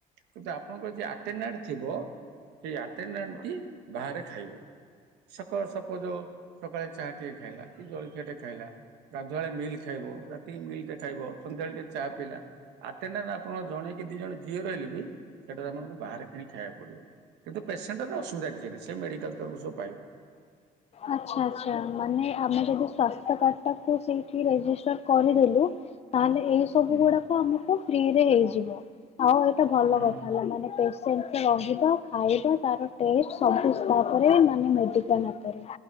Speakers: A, on the right; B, on the left.
A: କିନ୍ତୁ ଆପଣଙ୍କର ଯିଏ ଆଟାଡ଼ାଣ୍ଟ ଥିବ ସେଇ ଆଟାଡ଼ାଣ୍ଟଟି ବାହାରେ ଖାଇବ। ସକାଳ ସପୋଜ ସକାଳେ ଚାହା ଟିକେ ଖାଇଲା କି ଜଳଖିଆଟେ ଖାଇଲା ଗାଧୁଆଳେ ମିଲ୍ ଖାଇବ ରାତିି ମିଲଟେ ଖାଇବ ସନ୍ଧ୍ୟାବେଳେ ଟିକେ ଚାଆ ପିଇଲା ଆଟାଡ଼ାଣ୍ଟ ଆପଣଙ୍କ ଜଣେ କି ଦି ଜଣ ଯାହା ରହିଲେ ବି ସେଟାରେ ଆପଣଙ୍କୁ ବାହାରେ କିଣି ଖାଇବାକୁ ପଡ଼ିବ। କିନ୍ତୁ ପେସେଣ୍ଟର ଅସୁବିଧା କିଛି ନାହିଁ ସେ ମେଡ଼ିକାଲ ତରଫରୁ ସବୁ ପାଇବ।
B: ଆଚ୍ଛା ଆଚ୍ଛା ମାନେ ଆମେ ଯଦି ସ୍ୱାସ୍ଥ୍ୟ କାର୍ଡଟାକୁ ସେଇଠି ରେଜିଷ୍ଟର କରିଦେଲୁ ତାହେଲେ ଏହି ସବୁ
A: ହୁଁ,
B: ଗୁଡ଼ାକ ଆମକୁ ଫ୍ରିରେ ହେଇଯିବ ଆଉ ଏଇଟା ଭଲ
A: ହଁ
B: କଥା
A: ହଁ।
B: ହେଲା ମାନେ ପେସ୍ ସେମତି ରହିବା, ଖାଇବା ତାର ଟେଷ୍ଟ ସବୁ ତାପରେ ମାନେ ମେଡ଼ିକାଲ ଅ କରେ।